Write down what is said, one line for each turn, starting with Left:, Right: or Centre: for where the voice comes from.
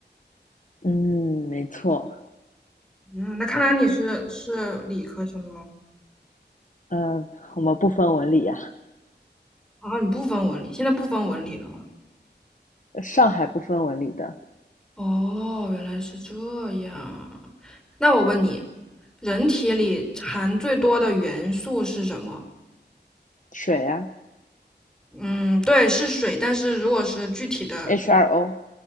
Left: 嗯，没错。
Centre: 嗯，那看来你是是理科生喽？
Left: 嗯、我们不分文理啊，
Centre: 啊，你不分文理，现在不分文理了吗？
Left: 上海不分文理的
Centre: 哦，原来是这样。那我问你，人体里含最多的元素是什么？
Left: 水啊
Centre: 嗯，对，是水，但是如果是具体的
Left: ，H2O，